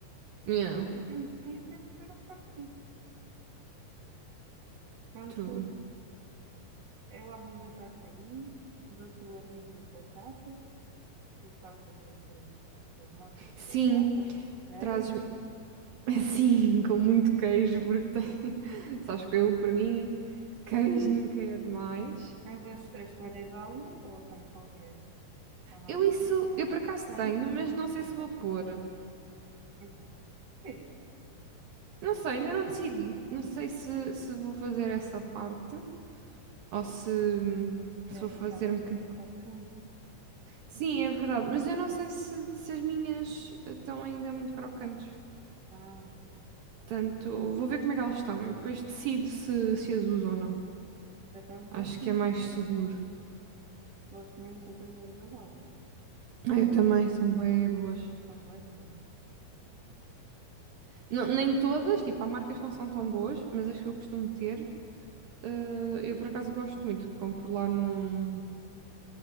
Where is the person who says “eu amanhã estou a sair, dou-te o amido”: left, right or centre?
Right